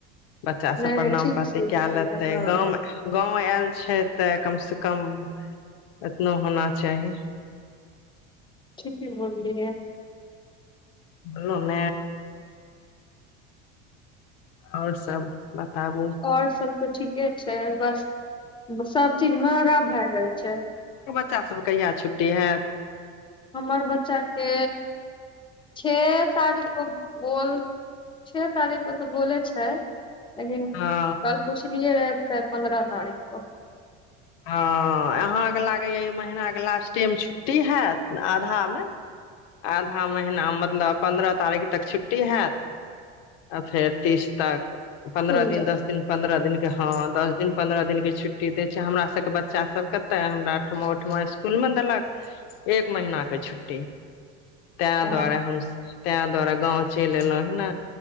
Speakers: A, on the left; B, on the left.
A: बच्चा
B: नहि
A: सब प्रणाम
B: नहि ठीक
A: पाती
B: सोचलियै
A: कए लेते
B: हँ
A: गाँव गाँंव आयल छै तै कम से कम एतनो होना चाही
B: पी बमलै
A: लन आओर सब बताबू
B: आओर सब त ठीक ठीके छै बस सब चीज महगा भए गेल छै
A: बच्चाभ कहिया छुट्टी हइ
B: हमर बच्चाके छओ तारीखकेँ बोल छओ तारीखकेँ तऽ बोलै छै लेकिन
A: हँ
B: कल पुछलियै रहै पन्द्रह तारीख को
A: हँ अहाँकेँ लागैए ई महनाके लास्टेम छुट्टी हैत आधामे आधा महिीना मतलब पन्द्रह तारीख तक छुट्टी हैत आ फेर तीस तक पन्द्रह
B: खुल
A: दिन
B: जाएत
A: दस दिन पन्द्रह दिन के हँ दस दिन पन्द्रह दिन के छुट्टी द छै हमरा के बच्चा सब कते हमरा ओठमा ओहिठमा इसकुल मे देलक एक महीने छुट्टी तैं दु्वारे
B: ओ
A: हम तं तोरा गाँंव चलि एलहु हे ने